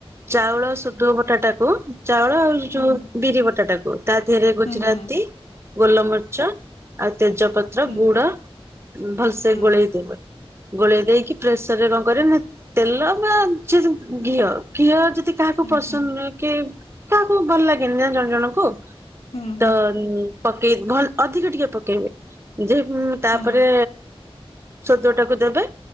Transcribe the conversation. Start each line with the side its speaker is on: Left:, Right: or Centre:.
Right: ଚାଉଳ ସୁଧୁ ବଟାଟା କୁ ଚାଉଳ ଆଉ ଯୋଉ
Left: ହୁଁ
Right: ବିରି ବଟା ଟାକୁ ତା ଦେହରେ ଗୁଜୁରାତି
Left: ହୁଁ ହୁଁ
Right: ଗୋଲ ମରିଚ, ଆଉ ତେଜପତ୍ର
Left: ହୁଁ
Right: ଗୁଡ଼ ଭଲ୍ ସେ
Left: ହୁଁ।
Right: ଗୋଳେଇ ଦେବେ। ଗୋଳେଇ ଦେଇକି ପ୍ରେସର୍ ରେ କଣ କରିବେ ନା ତେଲ ବା ଘିଅ, ଘିଅ ତି କାହାକୁ
Left: ହୁଁ
Right: ପସନ୍ଦ
Left: ହୁଁ
Right: କି କାହାକୁ ଭଲ ଲାଗେନି ନା ଜଣେ ଜଣଙ୍କୁ
Left: ହୁଁ
Right: ତ ପକେଇ ଭଲ୍ ଅଧିକ ଟିକେ ପକେଇବେ ଯେ ତାପରେ
Left: ହୁଁ
Right: ସୋଦୁଅଟାକୁ ଦେବେ।